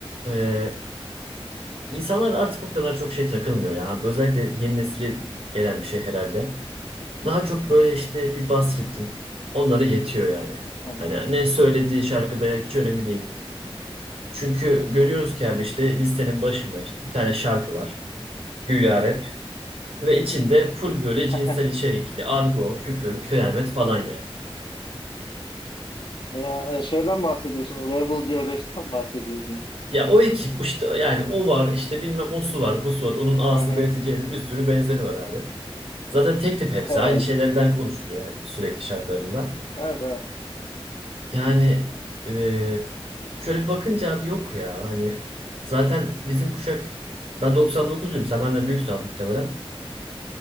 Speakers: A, on the right (about 75°); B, on the left (about 60°).
A: e, insanlar artık o kadar çok şey takılmıyor ya. Özellikle yeni nesile gelen bir şey herhalde. Daha çok böyle işte bir bas ritim onlara yetiyor yani.
B: Hı hı.
A: Hani ne söylediği şarkıda hiç önemli değil. Çünkü görüyoruz ki abi işte listenin başında işte bir tane şarkı var. Güya rap ve içinde full böyle cinsel
B: <laughs>
A: içerikli argo, küfür, kıyamet falan yani.
B: Ya, e, şeyden bahsediyorsun, Level C5'ten bahsediyorsun.
A: Ya o ekip işte yani o var işte bilmem o su var bu su var onun A'sı
B: Hı hı.
A: B'si C'si bir sürü benzeri var abi. Zaten tek tip hepsi.
B: Evet,
A: Aynı şeylerden konuşuluyor yani sürekli şarkılarında.
B: evet, evet.
A: Yani e, şöyle bir bakınca abi yok ya. Hani zaten bizim kuşak ben 99'luyum. Sen benden büyüksün abi muhtemelen.